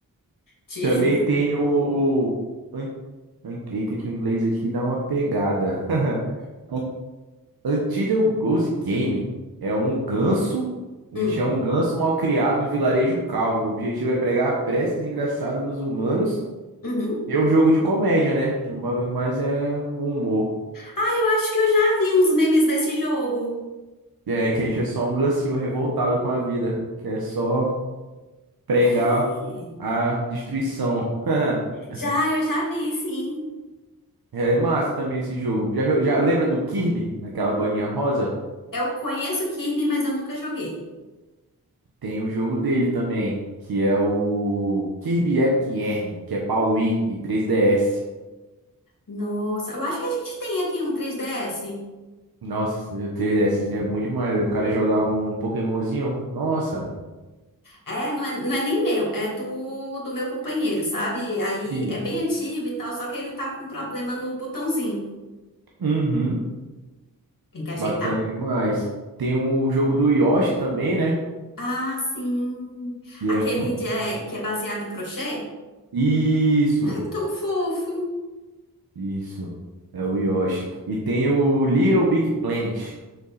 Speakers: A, on the left; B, on the right.
A: Te
B: Também
A: juro.
B: tem o. an- an- Eita, que o inglês aqui dá uma pegada. <laughs> An- Untitled Goose Game é um ganso. A
A: Hum.
B: gente é um ganso mal criado em vilarejo calmo. O objetivo é pregar preces engraçadas nos humanos.
A: Uhum.
B: E é um jogo de comédia, né? Mas é um humor.
A: Ah, eu acho que eu já vi uns memes desse jogo.
B: É, que a gente é só um gancinho revoltado com a vida, que é só pregar
A: É.
B: a destruição. <laughs>
A: Já, eu já vi, sim.
B: É massa também esse jogo. Já, já lembra do Kirby, aquela bolinha rosa?
A: Eu conheço o Kirby, mas eu nunca joguei.
B: Tem o jogo dele também, que é o Kirby Epic Yarn, que é pra Wii e 3DS.
A: Nossa, eu acho que a gente tem aqui um 3DS.
B: Nossa, o 3DSzinho é bom demais, velho. O cara jogar um Pokémonzinho, nossa.
A: É, não é, não é nem meu, é do, do meu companheiro, sabe? Aí
B: Sim.
A: é bem antigo e tal, só que ele tá com problema no botãozinho.
B: Uhum.
A: Tem que ajeitar.
B: Bacana demais. Tem o jogo do Yoshi também, né?
A: Ah, sim.
B: E
A: Aquele
B: é muito
A: de,
B: bom.
A: é, que é baseado em crochê?
B: Isso!
A: Ai, tão fofo.
B: Isso, é o Yoshi. E tem o Little Big Planet.